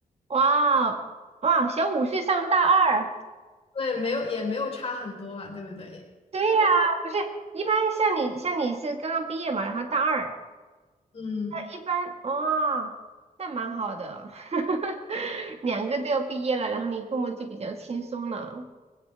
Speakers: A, on the right (about 45°); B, on the left (about 40°).
A: 哇哦，哇，小五岁上大二，
B: <laughs> 对，没有也没有差很多吧，对不对？
A: 对呀，不是，一般像你像你是刚刚毕业嘛，然后大二，
B: 嗯，
A: 那一般哇，那蛮好的，<laughs> 两个都要毕业了，然后你父母就比较轻松了，